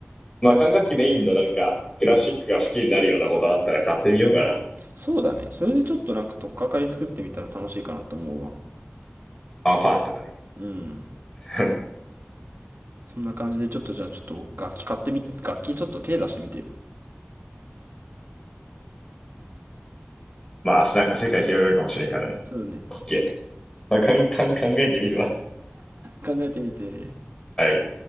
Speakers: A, on the left (about 15°); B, on the right (about 65°).
A: まあ管楽器メインのなんか、クラシックが好きになるようなことあったら買ってみようかな。
B: そうだねそれでちょっとなんか取っかかり作ってみたら楽しいかなと思うわ
A: アンファールとかね。
B: うん
A: <laughs>
B: そんな感じでちょっとじゃあちょっと楽器買ってみ楽器ちょっと手出してみてよ
A: まあ、なんか世界広がるかもしれんからね。
B: そうね
A: OK。まあ、かんかん考えてみるわ。
B: 考えてみて
A: <laughs> はい。